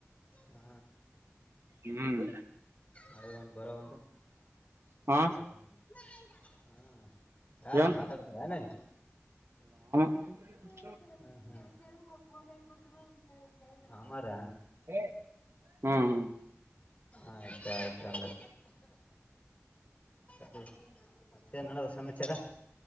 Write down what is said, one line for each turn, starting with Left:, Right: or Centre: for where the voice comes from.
Left: ಹಾ
Right: ಹ್ಮ್ಮ್
Left: ಮಳೆ ಒಂದ್ ಬರವಲ್ದು
Right: ಹಾ
Left: ಹೌದೌದು ಹಾ ಯಾರು
Right: ಏನ್
Left: ಮಾತಾಡ್ತಾರೆನ್ ಇಲ್ಲಿ
Right: ಹ <unintelligible>
Left: ಬುಂತ <unintelligible> ಆಮಾರಾ
Right: ಹ್ಮ್ ಹ್ಮ್
Left: ಆಯ್ತ ಆಯ್ತು ಅಂದ್ರ ಸರಿ ಮತ್ತೇನ್ಡದಾದ ಸಮಾಚಾರ